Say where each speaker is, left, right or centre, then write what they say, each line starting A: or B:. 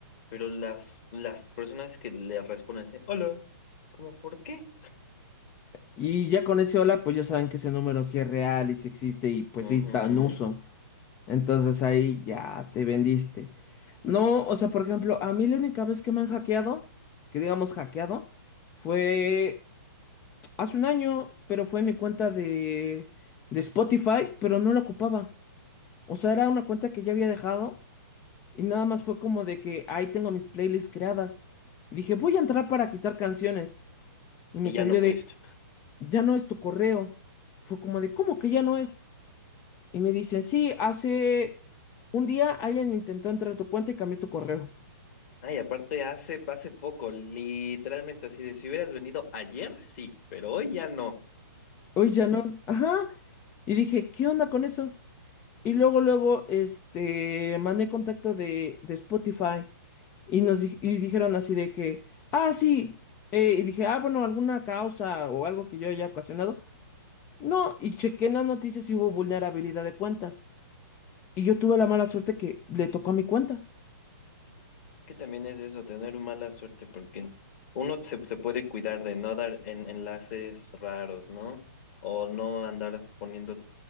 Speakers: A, on the left; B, on the left.
A: Pero las, las personas que le responden así, hola, ¿cómo por qué?
B: Y ya con ese hola, pues ya saben que ese número sí es real y sí existe y pues
A: Ujú,
B: sí está en uso. Entonces ahí ya te vendiste. No, o sea, por ejemplo, a mí la única vez que me han hackeado, que digamos hackeado, fue hace un año, pero fue en mi cuenta de, de Spotify, pero no la ocupaba. O sea, era una cuenta que ya había dejado y nada más fue como de que ahí tengo mis playlists creadas. Y dije, voy a entrar para quitar canciones. Y me
A: Y
B: salió
A: ya no pudiste.
B: de, ya no es tu correo. Fue como de, ¿cómo que ya no es? Y me dicen, sí, hace un día alguien intentó entrar a tu cuenta y cambió tu correo.
A: Ay, aparte hace, hace poco, literalmente así de si hubieras venido ayer, sí, pero hoy ya no.
B: Hoy ya no. Ajá. Y dije, ¿qué onda con eso? Y luego, luego, este, mandé contacto de, de Spotify y nos di- y dijeron así de que, ah, sí. Eh, y dije, ah, bueno, alguna causa o algo que yo haya ocasionado. No, y chequé en las noticias y hubo vulnerabilidad de cuentas. Y yo tuve la mala suerte que le tocó a mi cuenta.
A: Que también es eso, tener mala suerte, porque uno se, se puede cuidar de no dar en- enlaces raros, ¿no? O no andar poniendo